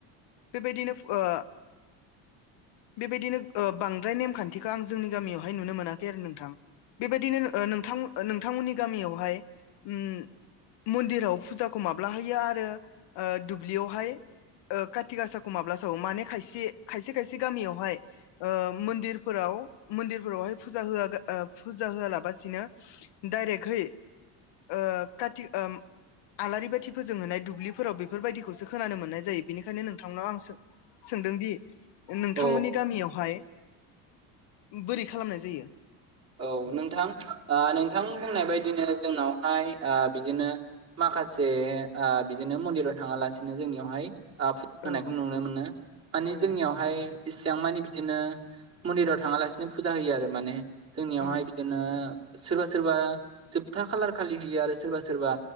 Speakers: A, on the left; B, on the right.
A: बेबायदिनो ओ बेबायदिनो ओ बांद्राय नेमखान्थिखौ आं जोंनि गामियावहाय नुनो मोनाखै आरो नोंथां बेबायदिनो ओ नोंथां ओ नोंथांमोननि गामियावहाय उम मन्दिराव फुजाखौ माब्ला होयो आरो ओ दुब्लियावहाय ओ कथि गासाखौ माब्ला सावो? माने खायसे खायसे खायसे गामियाव हाय ओ मन्दिरफोराव मन्दिरफोरावहाय फुजा होवागा फुजा होआलाबासिनो डाइरेक्टहै ओ काथि ओ आलारि बाथि फोजोंहोनाय दुब्लिफोराव बेफोरबायदिखौसो खोनानो मोननाय जायो बेनिखायनो नोंथांनाव आं सो सोंदोंदि नों नोंथांमोननि
B: औ नोंथां अ
A: गामियावहाय बोरै खालामनाय जायो
B: औ नोंथां ओ नोंथां बुंनाय बायदिनो जोंनावहाय ओ बिदिनो माखासे ओ बिदिनो मन्दिराव थाङालासिनो जोंनियावहाय ओ फुजा होनायखौ
A: औ
B: नुनो मोनो माने
A: औ
B: जोंनियावहाय एसे बांमानि बिदिनो मन्दिराव थाङालासिनो फुजा होयो आरो माने जोंनियावहाय
A: उम
B: बिदिनो सोरबा सोरबा जोबथा खालार खालि होयो आरो सोरबा सोरबा